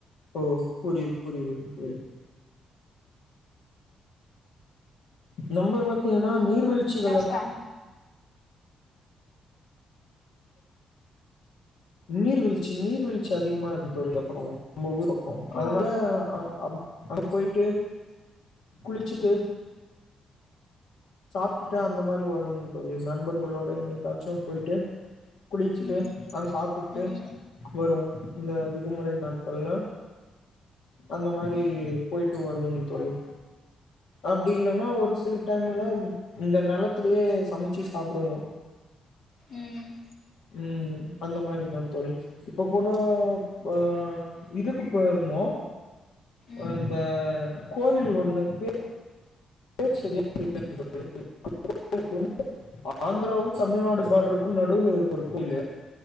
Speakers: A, on the left (about 80°); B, on the left (about 60°).
A: ஓ புரியுது புரியுதுங்க தோழி நம்ம பாத்தீங்கன்னா நீர்வீழ்ச்சிகள
B: சாங்
A: நீர்வீழ்ச்சி நீர் வீழ்ச்சி அதிகமா இருக்கு தோழி அப்றம் நம்ம ஊர் பக்கம்
B: ஓ
A: அதுனால ஆ அங்க போயிட்டு குளிச்சிட்டு சாப்டுட்டு அந்த மாரி வருவோங்க தோழி நண்பர்களோட என்னைக்காச்சும் போய்ட்டு குளிச்சிட்டு
B: ம்
A: நாங்க சாப்புட்டு
B: ம்
A: வருவோ இந்த விடுமுறை நாட்கள்ல அந்த மாரி
B: ம்
A: போய்டு வருவோங்க தோழி அப்டி இல்லனா ஒரு சில டைம்ல இந்த நெலத்திலயே சமைச்சு சாப்பிடுவோ
B: ம்
A: ம் அந்த மாரி இதா தோழி இப்ப கூட ஆ இதுக்கு போயிருந்தோ
B: ம்
A: ஆ அந்த கோவில் ஒண்ணு பே பேர் செரியா தெர்ல தோழி கோவில் வந்து ஆந்திராவு தமிழ்நாடு பார்டருக்கு நடுவுல இருக்கு ஒரு கோயிலு